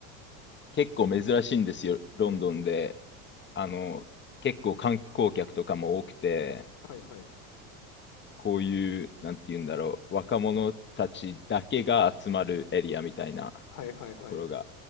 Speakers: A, on the left; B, on the left.
A: 結構珍しいんですよ、ロンドンで。あの、結構観光客とかも多くて、
B: はいはい、
A: こういう、なんて言うんだろう、若者たちだけが集まるエリアみたいな
B: はいはいはい。
A: ところが。